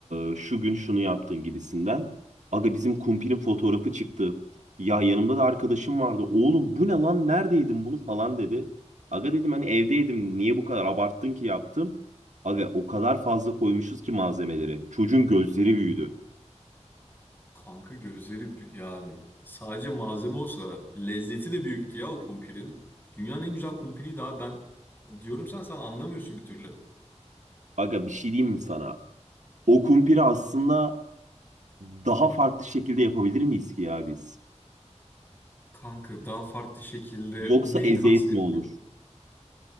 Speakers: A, on the right (about 85°); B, on the left (about 15°).
A: Ee, şu gün şunu yaptın gibisinden. Aga bizim kumpinin fotoğrafı çıktı. Ya yanımda da arkadaşım vardı. Oğlum bu ne lan? Neredeydin bunu falan dedi. Aga dedim hani evdeydim. Niye bu kadar abarttın ki yaptım? Aga o kadar fazla koymuşuz ki malzemeleri. Çocuğun gözleri büyüdü.
B: Kanka gözleri bü- yani. Sadece malzeme olsa lezzeti de büyüktü ya o kumpirin. Dünyanın en güzel kumpiriydi abi ben. Diyorum sen sen anlamıyorsun bir türlü.
A: Aga bir şey diyeyim mi sana? O kumpiri aslında daha farklı şekilde yapabilir miyiz ki ya biz?
B: Kanka daha farklı şekilde
A: Yoksa
B: neyi
A: eziyet
B: kastettin?
A: mi olur?